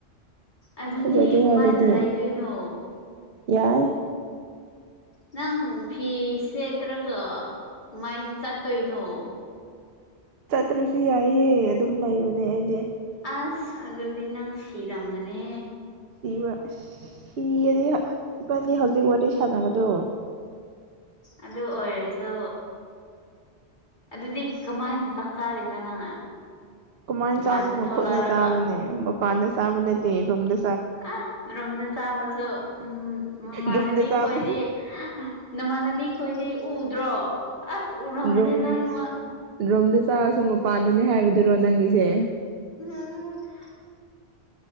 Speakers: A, on the left (about 45°); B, on the right (about 65°).
A: ꯑꯗꯨꯗꯤ
B: ꯐꯖꯗꯦ
A: ꯀꯃꯥꯏꯅ
B: ꯍꯥꯏꯔꯗꯤ
A: ꯂꯩꯗꯣꯏꯅꯣ
B: ꯌꯥꯏ
A: ꯅꯪ ꯐꯤ ꯁꯦꯠꯇ꯭ꯔꯒ ꯀꯃꯥꯏꯅ ꯆꯠꯇꯣꯏꯅꯣ
B: ꯆꯠꯇ꯭ꯔꯁꯨ ꯌꯥꯏꯍꯦ ꯑꯗꯨꯝ ꯂꯩꯕꯅꯦ ꯑꯩꯗꯤ
A: ꯑꯁ ꯑꯗꯨꯗꯤ ꯅꯪ ꯁꯤꯔꯝꯒꯅꯤꯍꯦ
B: ꯁꯤꯕ ꯑꯁ ꯁꯤꯔꯗꯤꯏꯕꯅꯤ ꯍꯧꯖꯤꯛ ꯋꯥꯔꯤ ꯁꯥꯟꯅꯒꯗ꯭ꯔꯣ
A: ꯑꯗꯨ ꯑꯣꯏꯔꯁꯨ ꯑꯗꯨꯗꯤ ꯀꯃꯥꯏꯅ ꯆꯛ ꯇꯥꯔꯤꯕꯥ ꯅꯪ
B: ꯀꯃꯥꯏꯅ
A: ꯃꯄꯥꯟꯗ
B: ꯆꯥꯗꯣꯏꯅꯣ
A: ꯊꯣꯛꯂꯛꯑꯒ
B: ꯈꯨꯠꯅ ꯆꯥꯕꯅꯦ ꯃꯄꯥꯟꯗ ꯆꯥꯕ ꯅꯠꯇꯦ ꯔꯨꯝꯗꯥ
A: ꯑꯥ ꯔꯨꯝꯗ ꯆꯥꯕꯥ ꯁꯨ ꯑꯝ ꯃꯃꯥꯟꯅꯕꯤ
B: ꯔꯨꯝꯗ ꯆꯥꯕ
A: ꯈꯣꯏꯗꯤ ꯅꯃꯥꯟꯅꯕꯤ ꯈꯣꯏꯗꯤ ꯎꯗ꯭ꯔꯣ? ꯑꯁ ꯎꯔꯝꯒꯅꯤ
B: ꯔꯨꯝ
A: ꯂꯣꯏꯅ ꯃꯛ
B: ꯔꯨꯝꯗ ꯆꯥꯔꯁꯨ ꯃꯄꯥꯟꯗꯅꯦ ꯍꯥꯏꯕꯗꯨꯔꯣ ꯅꯪꯒꯤꯁꯦ?
A: <unintelligible>